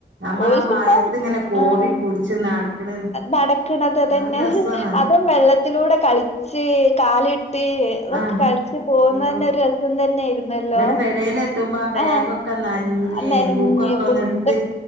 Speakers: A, on the right; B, on the left.
A: നമ്മളാ
B: ഓൽക്ക്
A: മയത്ത്
B: പ്പം
A: ഇങ്ങനെ കോറി
B: ആഹ്
A: പുടിച്ച് നടക്കണ
B: നടക്ക്ണത് അതന്നെ
A: ആ ഒരു രസാണ്
B: അതും വെള്ളത്തിലൂടെ കളിച്ച് കാലിട്ട് അതൊക്കെ
A: ആഹ്
B: കളിച്ച് പോകുന്ന തന്നെ ഒരു രസം തന്നെയിരുന്നല്ലോ
A: എന്നിട്ട് പെരേലെത്തുമ്പോ ആ ബാഗൊക്കെ
B: ആഹ്
A: നഞ്ഞ്
B: നനഞ്ഞ്
A: ബുക്കൊക്കെ ഒന്ന്
B: ബുസ്ത
A: എടുത്ത്